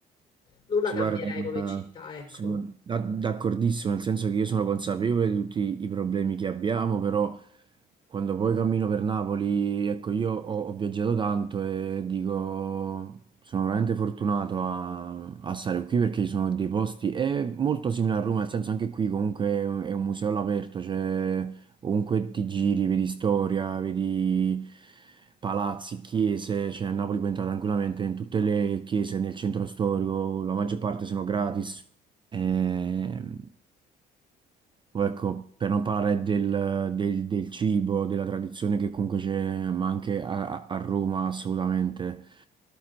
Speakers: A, on the left; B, on the right.
A: non la
B: Si
A: cambierei
B: guarda, eh,
A: come città, ecco.
B: sono da- d'accordissimo, nel senso che io sono consapevole di tutti i problemi che abbiamo, però quando poi cammino per Napoli, ecco, io ho, ho viaggiato tanto e dico, sono veramente fortunato a, a stare qui perché ci sono dei posti, è molto simile a Roma, nel senso anche qui comunque è un museo all'aperto, cioè Ovunque ti giri, vedi storia, vedi palazzi, chiese, cioè a Napoli puoi entrare tranquillamente in tutte le chiese nel centro storico, la maggior parte sono gratis. Ehm, o Ecco, per non parlare del, del- del cibo, della tradizione che comunque c'è, ma anche a, a Roma assolutamente.